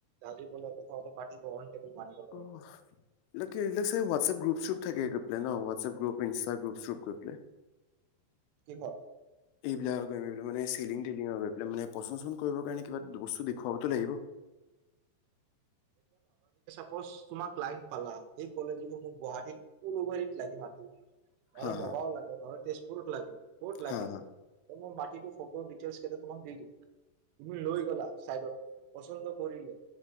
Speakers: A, on the right; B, on the left.
A: আজি কলে কথা পাৰ্টি অন টেবুল মানিব লাগে
B: অ হোৱাটছএপ গ্ৰুপ চুপ থাকে গৈ পেলাই ন হোৱাটছএপ গ্ৰুপ ইনষ্টাগ গ্ৰুপ চপ গৈ পেলাই
A: কিহৰ?
B: এইবিলাক মানে টিলিং টিলিং লৈ পেলাই মানে পচন্দ চচন্দ কৰিবৰ কাৰণে কিবা বস্তু দেখুৱাবতো লাগিব।
A: কৈছ তোমাক লাইন পালা সেই কলে যে মোক গুৱাহাটীত উলুবাৰীত লাগে মাতি মানে
B: হা হা
A: নগাঁও লাগে নহ'লে তেজপুৰত লাগে ক'ত লাগে
B: হা হা
A: মোৰ মা কিন্তু ফটো ডিটেইলছ কেইটা তোমাক দি দিম তুমি লৈ গলা চাইডত পচন্দ কৰিলে